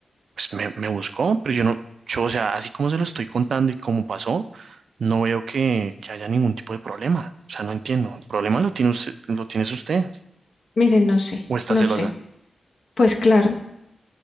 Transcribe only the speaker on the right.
pues me, me buscó, pero yo no, yo, o sea, así como se lo estoy contando y cómo pasó, no veo que, que haya ningún tipo de problema. O sea, no entiendo. El problema lo tiene usted, lo tienes usted
o está
celosa.